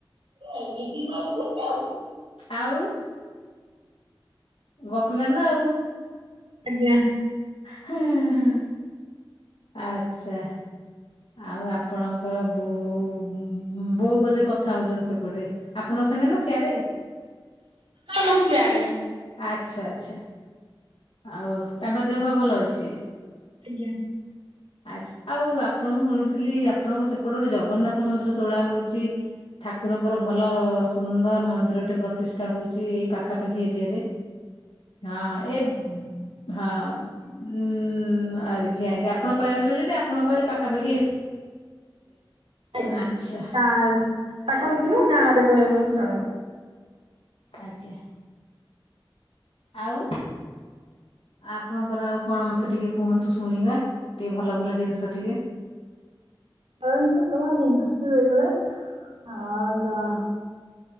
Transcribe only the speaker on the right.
<unintelligible>
ଆଜ୍ଞା।
ନା ନା ସିଆଡେ।
ଆଜ୍ଞା।
ଆଜ୍ଞା
ଗାଁ ପାଖାପାଖି ନୁହଁ ଗାଁରେ କହିବାକୁ ଗଲେ ଚଳେ।
<unintelligible> ଆଉ କଣ।